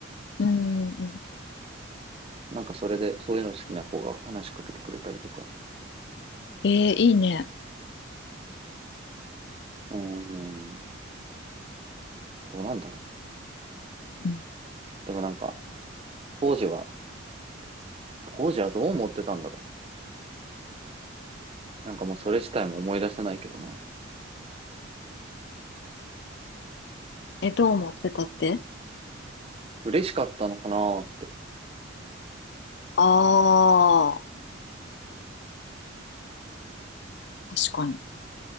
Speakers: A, on the left (about 55°); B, on the right (about 30°).
A: ん。うん。
B: なんかそれでそういうの好きな子が話しかけてくれたりとか、
A: ええいいね。
B: うーん、どうなんだろう。
A: うん。
B: でもなんか、当時は、当時はどう思ってたんだろう。なんかもうそれ自体も思い出せないけどね。
A: え、どう思ってたって
B: 嬉しかったのかなーって。
A: ああー、確かに。